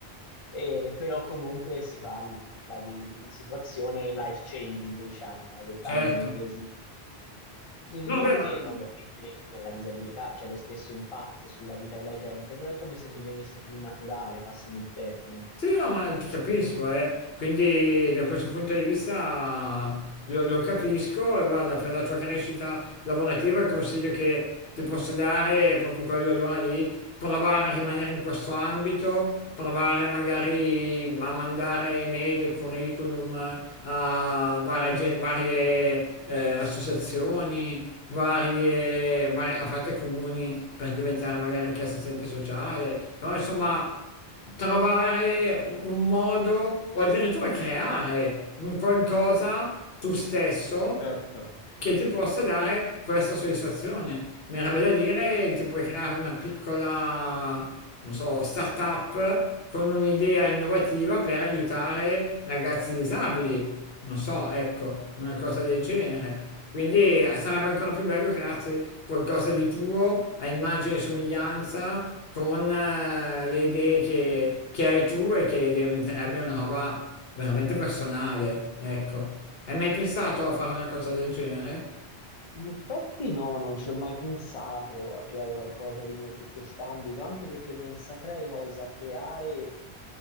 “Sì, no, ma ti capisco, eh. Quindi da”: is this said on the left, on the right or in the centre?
Left